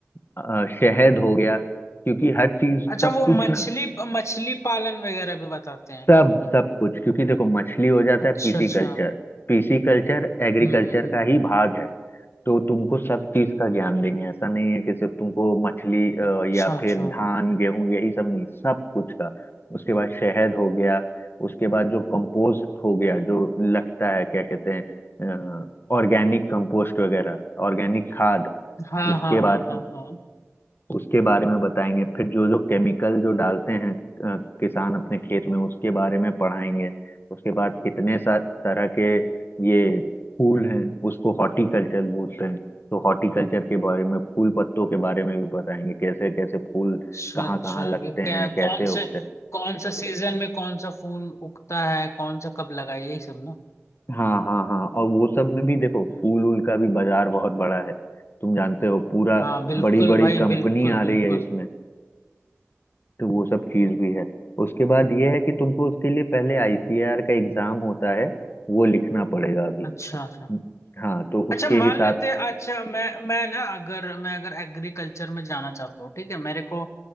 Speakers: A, on the left; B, on the left.
A: अ, शहद हो गया क्योंकि हर चीज
B: अच्छा
A: सब
B: वो
A: कुछ
B: मछली
A: ना
B: मछली पालन वगैरह भी बताते हैं
A: सब सब कुछ क्योंकि देखो मछली हो जाता
B: अच्छा
A: है पीसी
B: अच्छा
A: culture pisciculture agriculture
B: हम्म हम्म, हम्म।
A: का ही भाग है तो तुमको सब चीज का ज्ञान देंगे ऐसा नहीं है कि सिर्फ तुमको मछली अ,
B: अच्छा
A: या फिर
B: अच्छा
A: धान गेहूं यही सब नहीं सब कुछ का उसके बाद शहद हो गया उसके बाद जो कंपोस्ट हो गया जो लगता है क्या कहते हैं ऑर्गेनिक कंपोस्ट वगैरह ऑर्गेनिक खाद
B: हाँ
A: उसके
B: हाँ
A: बारे
B: हाँ हाँ हाँ
A: उसके बारे में बताएंगे फिर जो जो केमिकल जो डालते हैं अ, किसान अपने खेत में उसके बारे में पढ़ाएंगे उसके बाद कितने सा तरह के ये फूल हैं उसको हॉर्टिकल्चर बोलते हैं तो हॉर्टिकल्चर के बारे में फूल पत्तों के बारे में भी बताएंगे कैसे कैसे फूल
B: अच्छा
A: कहाँ
B: अच्छा
A: कहाँ लगते
B: ये
A: हैं
B: क्या
A: कैसे
B: कौन
A: उगते
B: से
A: हैं
B: कौन सा सीजन में कौन सा फूल उगता है कौन सा कब लगा है, यही सब ना
A: हाँ हाँ हाँ और वो सब में भी देखो फूल वूल का भी बाजार बहुत बड़ा है तुम जानते हो पूरा
B: हाँ बिल्कुल
A: बड़ी बड़ी
B: भाई
A: कंपनी
B: बिल्कुल
A: आ
B: बिल्कुल
A: रही है इसमें तो वो सब चीज भी है उसके बाद ये है कि तुमको उसके लिए पहले आईसीएआर का एग्जाम होता है वो लिखना पड़ेगा अभी
B: अच्छा अच्छा
A: हाँ तो
B: अच्छा
A: उसके
B: मान
A: हिसाब
B: लेते हैं अच्छा मैं मैं ना अगर मैं अगर एग्रीकल्चर में जाना चाहता हूँ ठीक है मेरे को